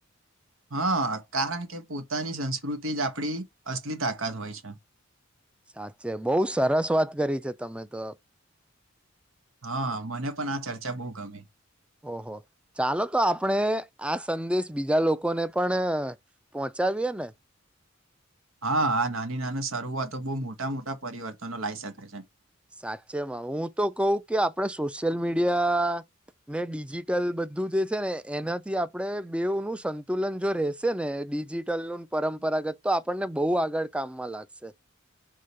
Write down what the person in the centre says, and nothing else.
સાચે બહુ સરસ વાત કરી છે તમે તો
ઓહો ચાલો તો આપણે આ સંદેશ બીજા લોકોને પણ પોહોંચાવીએ ને
સાચેમાં હું તો કહું કે આપણે સોશિયલ મીડિયા ને ડિજિટલ બધું જે છે ને એનાથી આપણે બેવનું સંતુલન જો રેશે ને ડિજિટલનું પરંપરાગત તો આપણને બહુ આગળ કામમાં લાગશે